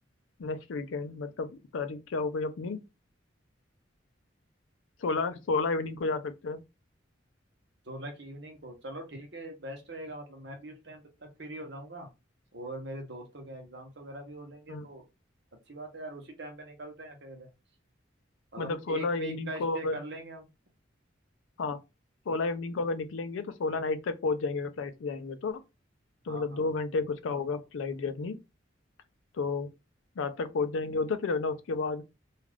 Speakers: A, on the left; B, on the right.
A: नेक्स्ट वीकेंड मतलब तारीख क्या हो गई अपनी सोलह सोलह इवनिंग को जा सकते हैं
B: सोलह की इवनिंग को चलो ठीक है बेस्ट रहेगा मतलब मैं भी उस टाइम तक फ्री हो जाऊंगा और मेरे दोस्तों के एग्जाम्स वगैरह भी हो लेंगे
A: हम्म,
B: तो अच्छी बात है यार उसी टाइम पे निकलते हैं फिर मतलब
A: मतलब सोलह
B: एक वीक
A: इवनिंग
B: का स्टे
A: को अगर
B: कर लेंगे हम
A: हाँ सोलह इवनिंग को अगर निकलेंगे तो सोलह नाइट तक पहुंच जाएंगे अगर फ्लाइट से जाएंगे तो तो
B: हाँ
A: मतलब
B: हाँ
A: दो घंटे कुछ का होगा फ्लाइट जर्नी तो रात तक पहुंच जाएंगे उधर फिर है ना उसके बाद